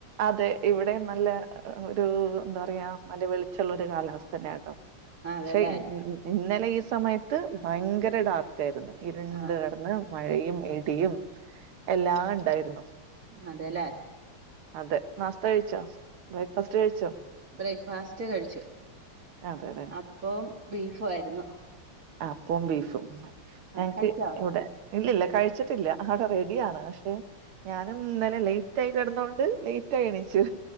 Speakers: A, on the right; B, on the right.
A: അതെ ഇവടെം നല്ല ഒരു എന്താ പറയാ നല്ല വെളിച്ചള്ള ഒരു കാലാവസ്ഥന്നാണ്
B: ആ അതെല്ലേ
A: ഷെ ഇ ഇ ഇ ഇന്നലെ ഈ സമയത്ത് ഭയ്ങ്കര ഡാർക്കായിര്ന്നു ഇരുണ്ട്
B: ആ
A: കടന്ന് മഴയും ഇടിയും എല്ലാ ഇണ്ടായിര്ന്നു
B: അതെല്ലേ
A: അതെ നാസ്ത കഴിച്ചോ ബ്രേക്ക്ഫാസ്റ്റ് കഴിച്ചോ
B: ബ്രേക്ക്ഫാസ്റ്റ് കഴിച്ചു
A: അതെ അതെ
B: അപ്പോം ബീഫു ആര്ന്നു
A: അപ്പും ബീഫും ഞങ്ങക്ക്
B: കഴിച്ചോ
A: ഇവിടെ ഇല്ലില്ല കഴിച്ചിട്ടില്ല അവിടെ റെഡിയാണ് പക്ഷെ ഞാനും ഇന്നലെ ലേറ്റ് ആയി കെടന്നോണ്ട് ലേറ്റ് ആയി എണിച്ചു